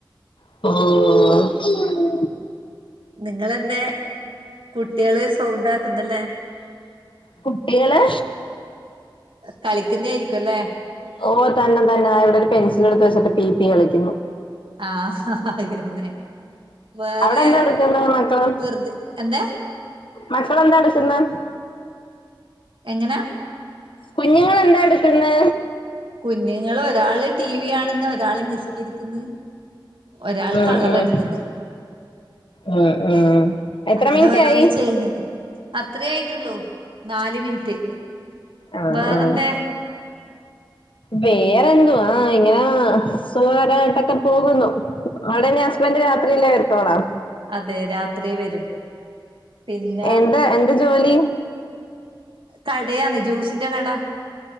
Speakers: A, on the left; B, on the right.
A: ആഹ്
B: നിങ്ങളെന്തേ കുട്ടികള് സൗണ്ട ആക്കുന്നല്ലേ
A: കുട്ടികള്
B: കളിക്കുന്നേ ആയിരിക്കും അല്ലേ.
A: ഓ തന്നെ തന്നെ, അവിടെ ഒരു പെൻസൽ എടുത്ത് വച്ചിട്ട് പിപി കളിക്കുന്നു.
B: ആഹ അതന്നെ. വേറെ
A: അവിടെ എന്താ എടുക്കുന്ന് മക്കള്?
B: വെറുതെ എന്താ
A: മക്കളെന്താ എടുക്കുന്നെ?
B: എങ്ങന?
A: കുഞ്ഞുങ്ങൾ എന്താ എടുക്കുന്നേ?
B: കുഞ്ഞുങ്ങൾ ഒരാള് ടിവി കാണ്ന്ന്. ഒരാള് നിസ്കരിക്കുന്ന്. ഒരാള്
A: ഉം
B: കളറടിക്കുന്ന്.
A: ഉം ഉം ഉം എത്ര
B: അങ്ങനെ
A: മിനിറ്റ്
B: ഓരോന്ന്
A: ആയി
B: ചെയ്യന്ന്. അത്രേ ആയിട്ടുള്ളൂ, നാല് മിനിറ്റ്
A: ആഹ്
B: വേറെന്തേ?
A: ആഹ് വേറെന്തുവാ. ഇങ്ങനെ സുഖായിട്ടൊക്കെ പോകുന്നു. അവിടെ ന്ന ഹസ്ബന്റ് രാത്രില്ല വരുത്തോളാ?
B: അതെ രാത്രി വരും. പിന്ന,
A: എന്താ എന്ത് ജോലി
B: കടയാണ് ജ്യൂസിന്റെ കട.